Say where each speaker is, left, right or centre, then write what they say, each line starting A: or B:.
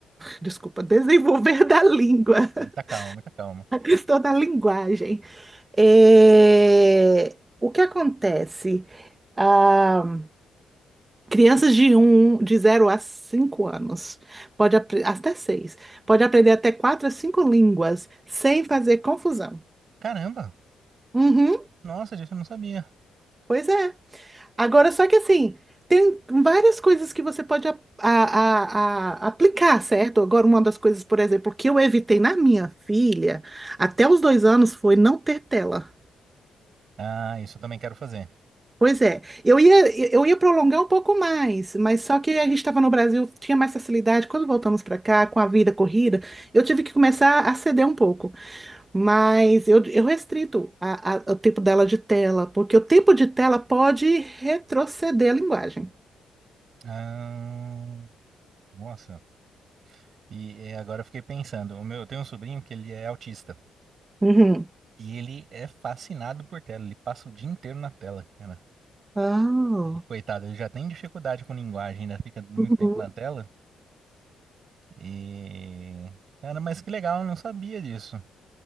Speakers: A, on the right; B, on the right.
A: desculpa, desenvolver da língua,
B: Muita
A: <laughs>
B: calma, muita calma.
A: a questão da linguagem. É, o que acontece? Ah, Crianças de um, de zero a 5 anos, pode apre- até 6, pode aprender até 4 a 5 línguas sem fazer confusão.
B: Caramba!
A: Uhum,
B: Nossa, disso eu não sabia.
A: pois é. Agora, só que assim, tem várias coisas que você pode a- a- a- a- aplicar, certo? Agora, uma das coisas, por exemplo, que eu evitei na minha filha até os dois anos foi não ter tela.
B: Ah, isso eu também quero fazer.
A: Pois é, eu ia, eu ia prolongar um pouco mais, mas só que a gente estava no Brasil, tinha mais facilidade. Quando voltamos para cá, com a vida corrida, eu tive que começar a ceder um pouco. Mas eu, eu restrito a, a- o tempo dela de tela, porque o tempo de tela pode retroceder a linguagem.
B: Ah, nossa. E é, agora eu fiquei pensando. O meu, eu tenho um sobrinho que ele é autista.
A: Uhum.
B: E ele é fascinado por tela. Ele passa o dia inteiro na tela, cara.
A: Ah,
B: E, coitado, ele já tem dificuldade com linguagem, ainda fica muito
A: Uhum.
B: tempo na tela. E. Cara, mas que legal, eu não sabia disso.